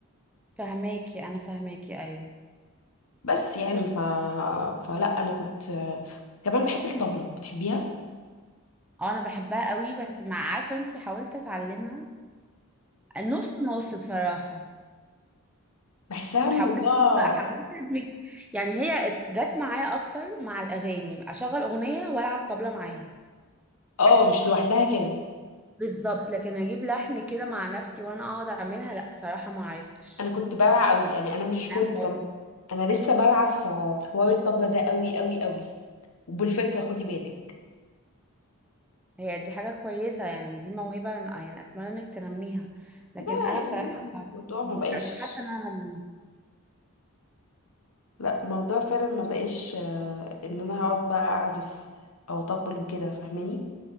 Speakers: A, in the centre; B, on the left.
A: فهماكي انا فهماكي ايوه
B: بس يعني
A: بس
B: ف فلا انا كنت كمان بحب الطبله بتحبيها
A: انا بحبها قوي بس مع عارفة انتي حاولت اتعلمها نص نص بصراحة
B: بحسها
A: وحاولت
B: الموضوع
A: حاولت ادمج يعني هي جت معايا اكتر مع الاغاني يبقى اشغل اغنيه والعب طبله معاها
B: اه مش لوحدها كده
A: بالظبط لكن اجيب لحن كده مع نفسي وانا اقعد اعملها لا بصراحه ما عرفتش
B: انا كنت بارعة قوي يعني انا مش كنت
A: انا خالص
B: كم... انا لسه بارعة في في حوار الطبلة ده قوي قوي قوي وبالفطرة خدي بالك
A: هي دي حاجه كويسه يعني دي موهبه يعني اتمنى انك تنميها لكن
B: لا
A: انا
B: يعني
A: بصراحه
B: الموضوع ما
A: ما
B: بقاش
A: فكرتش حتى ان انا انميها
B: لا الموضوع فعلا ما بقاش آه، ان انا هقعد بقى اعزف او اطبل وكده فاهماني